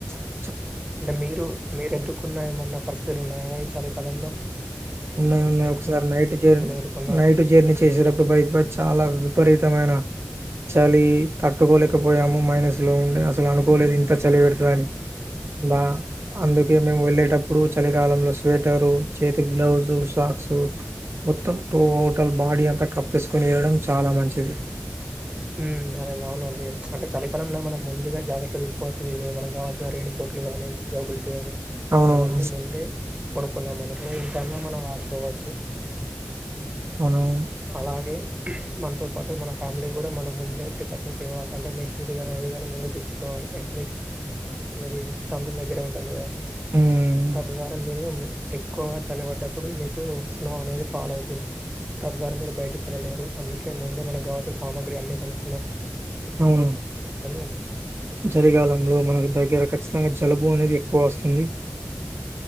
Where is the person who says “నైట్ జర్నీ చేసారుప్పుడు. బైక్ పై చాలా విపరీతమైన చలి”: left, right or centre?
Right